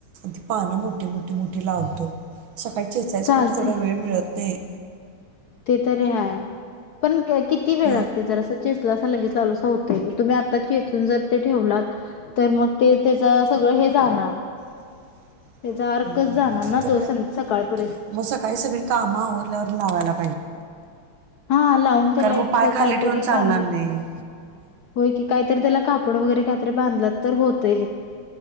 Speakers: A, on the right; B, on the left.
A: त पानं मोठी मोठी मोठी लावतो. सकाळचे येचायचं
B: चालतय
A: म्हणतं थोडं वेळ मिळत नाही,
B: ते तरी हय पण किती वेळ
A: हं
B: लागते जरं चेचलं अस लगेच लावलं अस होत. तुम्ही आता चेचून जर ते ठेवलात तर मग ते त्याच सगळं हे जाणार
A: <unintelligible>
B: त्याचा अर्कच
A: हम्म
B: जाणार ना
A: तर
B: तो
A: ह
B: सं सकाळपर्यंत
A: मग सकाळी-सगळी कामं आवरल्यावर लावायला
B: हा लावून त्याला
A: कार मग
B: एक
A: पाय खाली
B: काहीतरी
A: ठेवून चालणार
B: बांधला
A: नाही
B: होय की काहीतरी त्याला कापड वगैरे काहीतरी बांधलात तर होत,